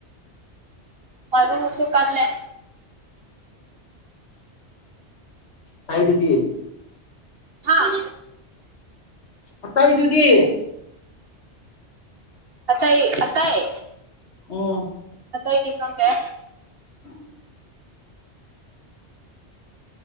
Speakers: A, on the right; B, on the left.
A: ꯃꯔꯨꯁꯨ ꯀꯥꯟꯂꯦ
B: ꯍꯥꯏꯕꯗꯤ
A: ꯍꯥꯥ
B: ꯑ ꯇꯏꯗꯨꯗꯤ
A: ꯑꯊꯥꯏ ꯑꯠꯇꯌꯦ
B: ꯎꯝ
A: ꯏꯗꯤ ꯈꯪꯒꯦ
B: ꯎꯝ